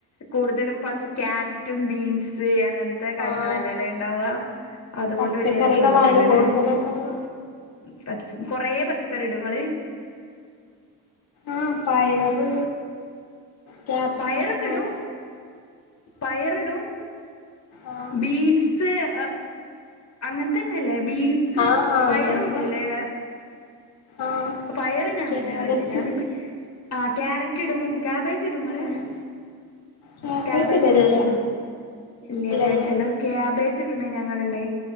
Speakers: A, on the left; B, on the left.
A: കൂടുതലും പച്ച ക്യാരറ്റും ബീൻസ് അങ്ങനത്തെ കാര്യങ്ങൾ
B: ആഹ്
A: ല്ലല്ലേ ഉണ്ടാവ അതുകൊണ്ട്
B: പച്ചക്കറികളായാലും
A: വലിയ രസം കിട്ടൂലല്ലേ
B: കൂടുതല് ഇണ്ടാവ
A: പ കൊറെ പച്ചക്കറി ഇടും ഇങ്ങള്
B: ആ പയറ് ക്യാപ്സിക്കവും
A: പയറൊക്കെ ഇടും പയറിടും
B: ആഹ്
A: ബീൻസ് ആ അങ്ങനെത്തന്നെല്ലേ ബീൻസ്
B: ആഹ്
A: പയറു
B: അങ്ങനത്തെ
A: ഇടൂല്ലേ
B: ആഹ്
A: പയറ് ഞാനിടാറില്ലേ
B: ക്യാരറ്റ്
A: ഞാനിപ്പ ആ ക്യാരറ്റ് ഇടും കാബേജ് ഇടും ങ്ങള്
B: ആഹ് ക്യാബേജ്
A: കാബേജ്
B: ഇടലില്ല
A: ഇടാറുണ്ടോ ഇല്ല്യല്ലേ
B: ഇല്ലല്ല
A: ചിലർ ക്യാ കാബേജ് ഇടണെ ഞാൻ കണ്ടിണ്ട്